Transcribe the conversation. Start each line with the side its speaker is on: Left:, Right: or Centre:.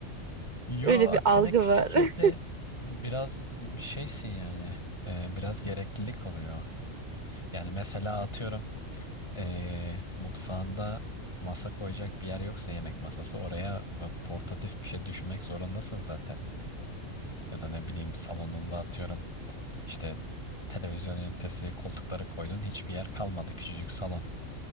Left: Yo
Right: Öyle
Left: aksine
Right: bir algı
Left: küçük
Right: var. <laughs>
Left: evde biraz şeysin yani e, biraz gereklilik oluyor. Yani mesela atıyorum e, mutfağında masa koyacak bir yer yoksa yemek masası oraya e, portatif bir şey düşünmek zorundasın zaten. Ya da ne bileyim salonunda atıyorum. işte televizyon ünitesi, koltukları koydun. Hiçbir yer kalmadı küçücük salon.